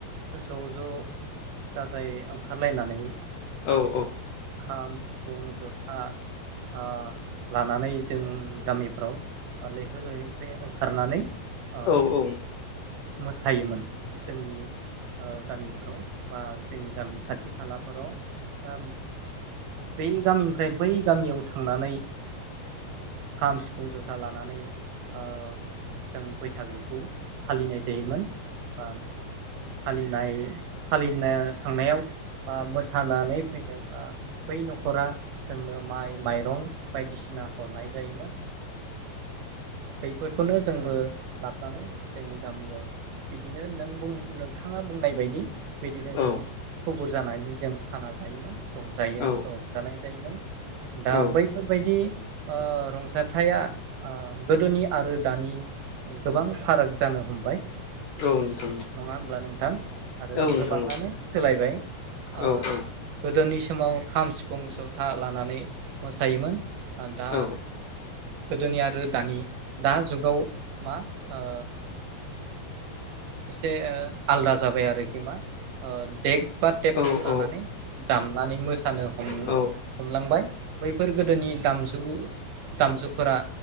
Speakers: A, on the right; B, on the left.
A: ज' ज' जाजायै ओंखारलायनानै
B: औ औ
A: खाम सिफुं जथा ओ लानानै जोंनि गामिफ्राव लैहोर लैहोर फै ओंखारनानै ओ
B: औ औ
A: मोसायोमोन जोंनि गामिफोराव बा जोंनि गामि खाथि खालाफोराव ओ बै गामिनिफ्राय बै गामियाव थांनानै खाम सिफुं जथा लानानै ओ जों बैसागोखौ फालिनाय जायोमोन बा फालिनाय फालिनो थांनायाव बा मोसानानै फैदोंबा बै न'खरा जोंनो माइ माइरं बायदिसिना हरनाय जायोमोन बैफोरखौनो जोंबो लाबानै जोंनि गामियाव बिदिनो नों बुं नोंथाङा बुंनाय बायदि बिदिनो
B: औ
A: जों थुबुर जानानै जों खाना जायोमोन रंजायोम
B: औ
A: रंजानाय जायोमोन दा
B: औ
A: बैफोरबायदि ओ रंजाथाइआ ओ गोदोनि आरो दानि गोबां फाराग जानो हमबाय
B: नोंथां
A: नङा होमब्ला नोंथां? आरो
B: औ नोंथां
A: गोबाङानो सोलायबाय ओ
B: औ औ
A: गोदोनि समाव खाम सिफुं जथा लानानै मोसायोमोन दा
B: औ
A: गोदोनि आरो दानि दा जुगाव मा ओ एसे आलदा जाबाय आरोखि मा देख बा टेप
B: औ औ
A: लानानै दामनानै मोसानो हम
B: औ
A: हमलांबाय बैफोर गोदोनि दामजु दामजुफोरा